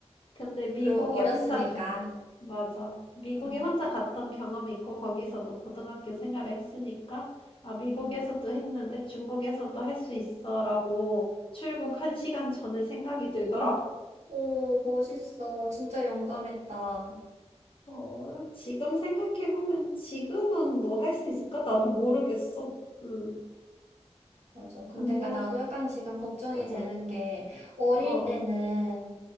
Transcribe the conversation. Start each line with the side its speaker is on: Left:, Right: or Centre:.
Left: 근데 미국에
Right: 그리고 어렸으니까.
Left: 혼자 가. 맞아. 미국에
Right: 어,
Left: 혼자 갔던 경험이 있고 거기서도 고등학교 생활을 했으니까 아, 미국에서도
Right: 음.
Left: 했는데 중국에서도 할 수 있어라고 출국
Right: 음.
Left: 한 시간 전에 생각이 들더라고.
Right: 오, 멋있어. 진짜 용감했다.
Left: 어, 지금 생각해보면 지금은 뭐 할 수 있을까? 나도 모르겠어. 음.
Right: 맞아. 근데
Left: 근데요?
Right: 그 나도 약간 지금 걱정이
Left: 맞아.
Right: 되는 게 어릴
Left: 어어.
Right: 때는